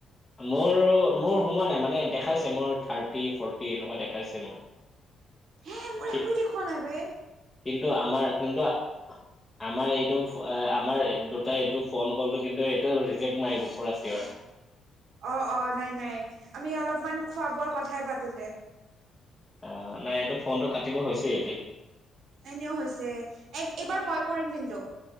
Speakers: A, on the left; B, on the right.
A: মোৰ, মোৰ সোমোৱা নাই মানে দেখাইছে মোৰ থাৰ্টি ফৰ্টি এনেকুৱা দেখাইছে মোৰ',
B: হে', মোৰ
A: কি
B: একোৱ দেখুৱা নাই বেই',
A: কিন্তু আমাৰ চিন্তা', আমাৰ এইটো, আমাৰ দুটাই এইটো ফোন কলটো কিন্তু এইটো ৰিজেক্ট মাৰিব পুৰা চিৱৰ',
B: অ', - অ', নাই- নাই, আমি অলপমান খোৱা বোৱাৰ কথাই পাতো দে',
A: অ', নাই, এইটো ফোনটো কাটিব হৈছেই এতিয়া',
B: এনেও হৈছে, এক এইবাৰ মই কৰিম কিন্তু',